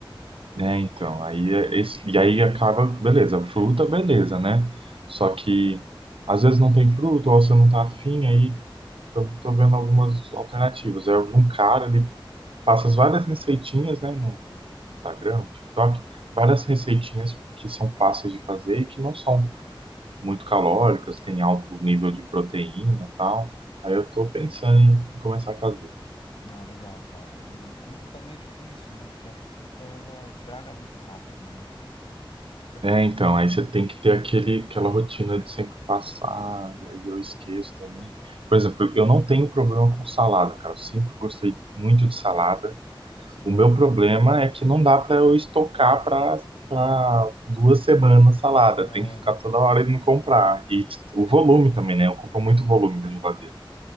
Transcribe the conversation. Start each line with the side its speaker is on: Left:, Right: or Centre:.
Right: né, então, aí é esse, e aí acaba, beleza, fruta, beleza, né? Só que às vezes não tem fruta, ou você não tá afim, aí tô, tô vendo
Left: E,
Right: algumas alternativas. Aí algum cara, ele passa as várias receitinhas, né, no Instagram, no TikTok, várias receitinhas que são fáceis de fazer e que não são muito calóricas, tem alto nível de proteína e tal. Aí eu tô pensando em começar a fazer.
Left: ah, legal, cara. E fruta também é difícil, né? Porque a fruta, ela estraga muito rápido, né, cara? Qualquer fruta,
Right: É, então,
Left: assim,
Right: aí você tem que ter aquele, aquela rotina de sempre passar, e aí eu esqueço também. Por exemplo, eu não tenho problema com salada, cara. Eu sempre gostei muito de salada.
Left: sim.
Right: O meu problema é que não dá pra eu estocar pra pra duas semanas salada.
Left: É,
Right: Tem que ficar toda hora indo comprar. E t- o volume também, né? Ocupa muito volume da geladeira.